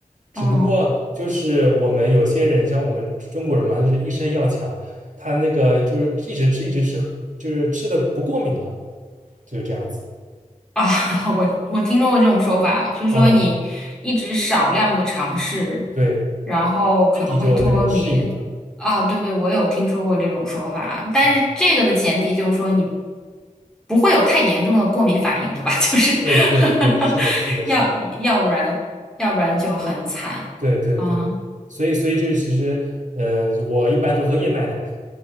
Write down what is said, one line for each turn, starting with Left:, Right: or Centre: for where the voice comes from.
Right: 只不过就是我们有些人，
Centre: 嗯
Right: 你像我们中国人嘛，他就是一身要强，他那个就是一直吃一直吃，就是吃的不过敏了，就是这样子。
Centre: 啊，<laughs> 我我听说过这种说法，就说你一直少量的尝试，
Right: 嗯，对，
Centre: 然后可能会脱敏。
Right: 身体就那个适应了。
Centre: 啊，对对，我有听说过这种说法，但是这个的前提就是说你
Right: 嗯
Centre: 不会有太严重的过敏反应，对吧？<laughs> 就是
Right: 对对对，
Centre: <laughs>
Right: 是的，是的，是的，
Centre: 要要不然要不然就很惨。
Right: 对对对，
Centre: 嗯。
Right: 所以所以就是其实，嗯、我一般都喝燕麦奶，